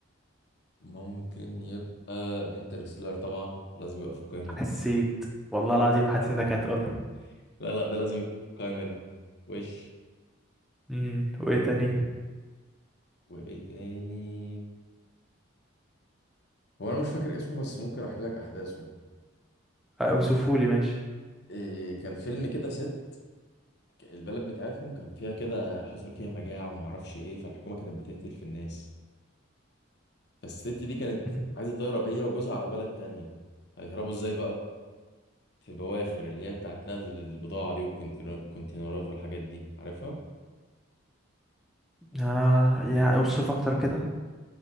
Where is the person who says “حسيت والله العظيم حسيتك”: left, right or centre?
Centre